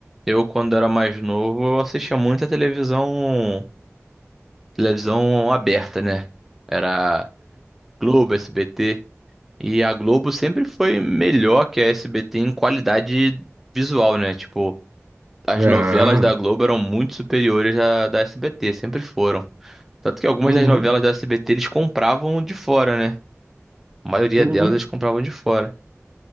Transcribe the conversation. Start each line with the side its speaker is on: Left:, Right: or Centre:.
Centre: Eu, quando era mais novo, eu assistia muita televisão televisão aberta, né? Era Globo, SBT. E a Globo sempre foi melhor que a SBT em qualidade visual, né? Tipo, as
Right: Ah,
Centre: novelas da Globo eram muito superiores à da SBT, sempre foram. Tanto que algumas
Right: uhum,
Centre: das novelas da SBT eles compravam de fora, né? A maioria
Right: uhum,
Centre: delas eles compravam de fora.